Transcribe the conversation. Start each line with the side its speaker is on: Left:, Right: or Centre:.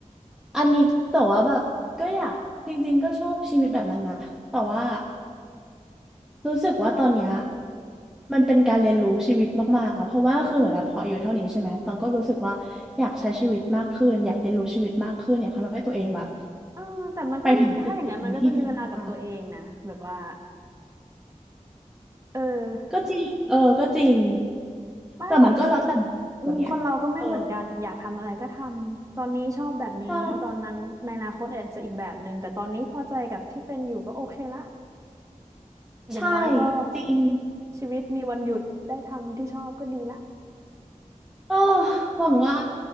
Centre: อันนี้แต่ว่าแบบก็อยากจริงๆก็ชอบชีวิตแบบนั้นนะแต่ว่ารู้สึกว่าตอนเนี้ยมันเป็นการเรียนรู้ชีวิตมากๆอะเพราะว่าคือเหมือนแบบพออาย่เท่านี้ใช่ไหมตองก็รู้สึกว่าอยากใช้ชีวิตมากขึ้นอยากเรียนรู้ชีวิตมากขึ้นอยากทำให้ตัวเองแบบ
Right: เออแต่มันก็ถ้าอย่างนั้นมันก็จะมีเวลากับตัวเองนะแบบว่า
Centre: ไปถึงจุดจุดหนึ่งที่ดีมาก
Right: เออ
Centre: ก็จริง เออก็จริง
Right: ไม่หรอก
Centre: แต่มันก็แล้วแต่
Right: อืมคนเราก็ไม่เหมือนกันอยากทำอะไรก็ทำตอนนี้ชอบแบบนี้ตอนนั้นในอนาคตอาจจะอีกแบบหนึ่งแต่ตอนนี้พอใจกับที่เป็นอยู่ก็โอเคละ
Centre: คนไงเออใช่
Right: อย่างน้อยก็
Centre: ใช่ จริง
Right: ชีวิตมีวันหยุดได้ทำที่ชอบก็ดีละ
Centre: เออหวังว่า